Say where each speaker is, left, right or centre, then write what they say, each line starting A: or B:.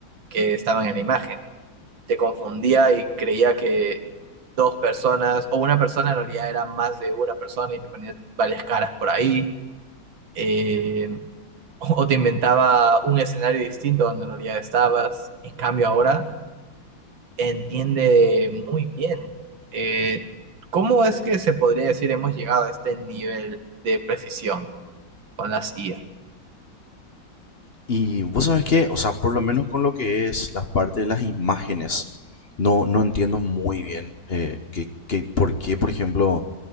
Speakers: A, on the right; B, on the left.
A: que estaban en la imagen. Te confundía y creía que dos personas o una persona en realidad era más de una persona y te ponía varias caras por ahí. eh, o o te inventaba un escenario distinto donde en realidad estabas. En cambio ahora entiende muy bien. Eh, ¿cómo es que se podría decir hemos llegado a este nivel de precisión con las IA?
B: Y vos sabés que, o sea, por lo menos con lo que es la parte de las imágenes, no, no entiendo muy bien eh, que, que por qué, por ejemplo,